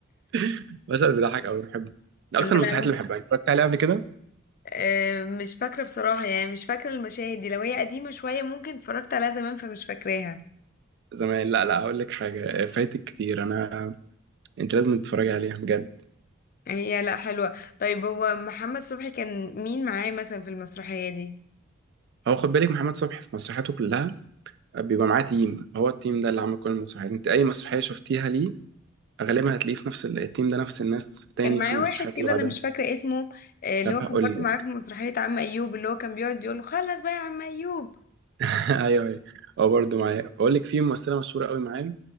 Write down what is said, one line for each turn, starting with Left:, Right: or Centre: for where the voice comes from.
Right: <laughs> بس بيضحك قوي بحبه ده اكتر
Left: لا لا
Right: المسرحيات اللي بحبها اتفرجت عليها قبل كده
Left: آه، مش فاكرة بصراحة يعني مش فاكرة المشاهد دي لو هي قديمة شوية ممكن اتفرجت عليها زمان فمش فاكراها
Right: زمان لا لا هقول لك حاجه فايتك كتير انا انت لازم تتفرجي عليها بجد
Left: هي لا حلوة طيب هو محمد صبحي كان مين معاه مثلا في المسرحية دي
Right: هو خد بالك محمد صبحي في مسرحياته كلها بيبقى معاه تيم هو التيم ده اللي عامل كل المسرحيات انت اي مسرحيه شفتيها ليه غالبا هتلاقيه في نفس ال- التيم ده نفس الناس تاني
Left: كان معاه
Right: في المسرحيات
Left: واحد
Right: اللي
Left: كده
Right: بعدها
Left: انا مش فاكرة اسمه آه، اللي
Right: طب
Left: هو
Right: هقول
Left: كان برضه
Right: لك
Left: معاه في مسرحية عم ايوب اللي هو كان بيقعد يقول له خلص بقى يا عم ايوب
Right: <laughs> ايوه ايوه هو برضه معايا اقول لك في ممثله مشهوره قوي معايا